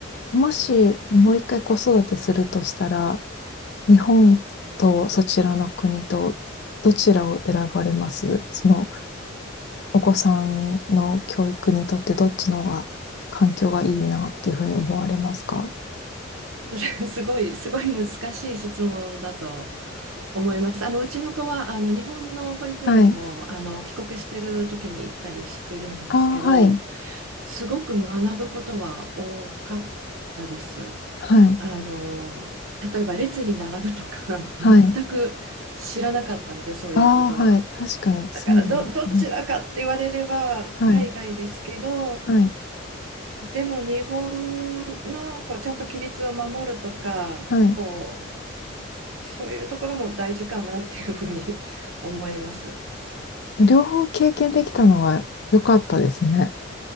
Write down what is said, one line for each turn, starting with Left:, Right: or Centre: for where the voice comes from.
Left: い。もし、もう一回子育てするとしたら、日本とそちらの国と、どちらを選ばれますそのお子さんの教育にとってどっちの方が環境がいいなっていうふうに思われますか
Right: それ <laughs> すごい、すごい難しい質問だと思います。あの、うちの子は、あの、日本の保育園にも、
Left: はい。
Right: あの、帰国してる時に行ったりしてるんですけど、
Left: ああ、はい。
Right: すごく学ぶことは多かったです。
Left: はい。
Right: あの、例えば列に並ぶとか、
Left: はい。
Right: <laughs> 全く知らなかったので、そういうことは。
Left: ああ、はい。確かに、
Right: だから、
Left: そういうの。
Right: ど、どちらかって言われれば、
Left: はい。
Right: 海外ですけど、
Left: はい。
Right: でも日本のこうちゃんと規律を守るとか、
Left: はい。
Right: こうそういうところも大事かなっていうふうに <laughs> 思います。
Left: 両方経験できたのは良かったですね。